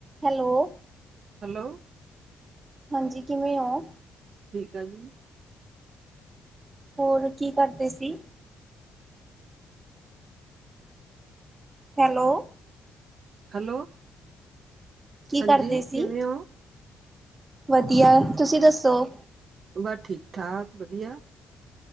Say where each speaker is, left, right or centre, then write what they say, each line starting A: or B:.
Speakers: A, on the right; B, on the right.
A: Hello.
B: Hello.
A: ਹਾਂਜੀ ਕਿਵੇਂ ਹੋ?
B: ਠੀਕ ਆ ਜੀ।
A: ਹੋਰ ਕੀ ਕਰਦੇ ਸੀ। ਹੈਲੋ।
B: ਹੈਲੋ
A: ਕੀ
B: ਹਾਂਜੀ
A: ਕਰਦੇ ਸੀ?
B: ਕਿਵੇਂ ਹੋ।
A: ਵਧੀਆ ਤੁਸੀਂ ਦੱਸੋ?
B: ਬਸ ਠੀਕ ਠਾਕ ਵਧੀਆ।